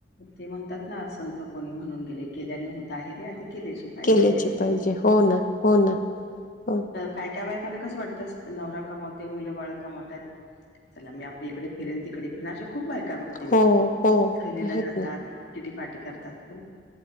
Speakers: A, on the left; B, on the left.
A: तें म्हणतात नां संत कोणी म्हणून गेले केल्याने होत आहे रे आधी केल्याची पाहिजे.
B: केल्याची पाहिजे हों नां हों नां हो
A: काय काय बायकांना कसं वाटतं स नवरा कमावते मुलं बाळ कमावतात चला मी आपली इकडे फिरेन तिकडे फिरेन अशा खूप बायका बघते
B: हो
A: मी
B: हो
A: सहलीला
B: आहेत
A: जातात
B: ना
A: किटी पार्टी करतात पण